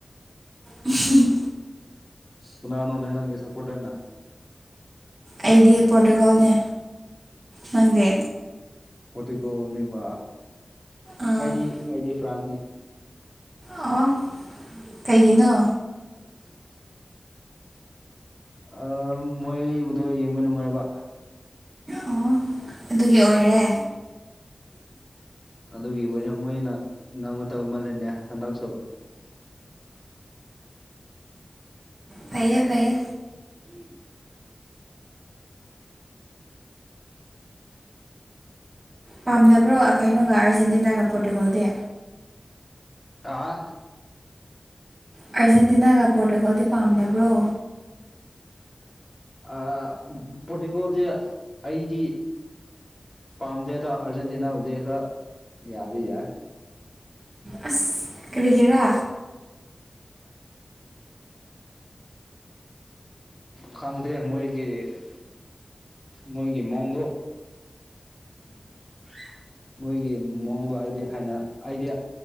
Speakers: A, on the right; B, on the left.
A: ꯎꯝꯍꯨꯝ
B: ꯁꯀꯥꯅꯅꯣꯅꯦ ꯅꯪꯒꯤ ꯁꯄꯣꯔꯇ꯭ꯔꯅ
A: ꯑꯩꯗꯤ ꯄꯣꯔꯇꯨꯒꯣꯜꯅꯦ ꯅꯪꯗꯤ
B: ꯄꯣꯔꯇꯨꯒꯣꯜꯅꯦꯕ
A: ꯑꯣ
B: ꯑꯩꯗꯤ ꯑꯩꯗꯤ ꯐ꯭ꯔꯥꯟꯁꯅꯤ
A: ꯑꯣ ꯀꯩꯒꯤꯅꯣ
B: <unintelligible> ꯑ ꯃꯣꯏꯕꯨꯗꯣ ꯌꯦꯡꯕ ꯅꯨꯡꯉꯥꯏꯕ
A: ꯑꯣ ꯑꯗꯨꯒꯤ ꯑꯣꯏꯔꯦ
B: ꯑꯗꯨꯒꯤ ꯑꯣꯔꯦ ꯃꯣꯏꯅ ꯉꯝꯒꯗꯕ ꯃꯜꯂꯦꯅꯦ ꯍꯟꯗꯛꯁꯨ
A: ꯐꯌꯦ ꯐꯩꯌꯦ ꯄꯥꯝꯗꯕ꯭ꯔꯣ ꯀꯩꯅꯣꯒ ꯑꯥꯔꯖꯦꯟꯇꯤꯅꯥꯒ ꯄꯣꯔꯇꯨꯒꯣꯜꯗꯤ
B: ꯑꯥ
A: ꯑꯥꯔꯖꯦꯟꯇꯤꯅꯥꯒ ꯄꯣꯔꯇꯨꯒꯜꯗꯤ ꯄꯥꯝꯗꯕ꯭ꯔꯣ
B: ꯑ ꯄꯣꯔꯇꯤꯒꯣꯜꯗꯤ ꯑꯩꯗꯤ ꯄꯥꯝꯗꯦꯗ ꯑꯥꯔꯖꯦꯟꯇꯤꯅꯥꯕꯨꯗꯤ ꯈꯔ ꯌꯥꯗꯤ ꯌꯥꯏ
A: ꯑꯁ ꯀꯔꯤꯒꯤꯔꯥ
B: ꯈꯪꯗꯦ ꯃꯣꯏꯒꯤ ꯏꯁ ꯃꯣꯏꯒꯤ ꯃꯑꯣꯡꯗꯣ ꯃꯣꯏꯒꯤ ꯃꯑꯣꯡꯗꯣ ꯍꯥꯏꯗꯤ ꯍꯥꯏ ꯑꯩꯗꯤ